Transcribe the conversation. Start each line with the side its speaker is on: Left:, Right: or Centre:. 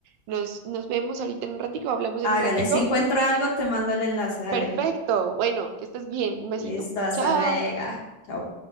Right: Nos, nos vemos ahorita en un ratico, hablamos
Left: Hágale,
Right: en un ratico.
Left: si encuentro algo, te mando el enlace, dale.
Right: Perfecto, bueno, que estés bien, un besito.
Left: Listo, hasta
Right: Chao.
Left: luego. Chao.